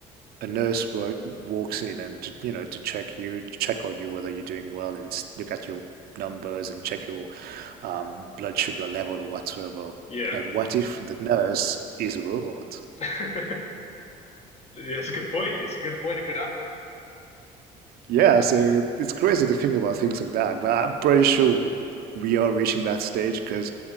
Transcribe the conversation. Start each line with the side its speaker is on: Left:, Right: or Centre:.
Right: a nurse work, walks in and, to, you know, to check you, to check on you whether you're doing well and look at your numbers and check your um, blood sugar level or whatsoever.
Left: Yeah.
Right: And what if the nurse is a robot?
Left: <laughs> yeah, that's a good point. It's a good point. It could happen.
Right: Yeah, so it's crazy to think about things like that, but I'm pretty sure we are reaching that stage because,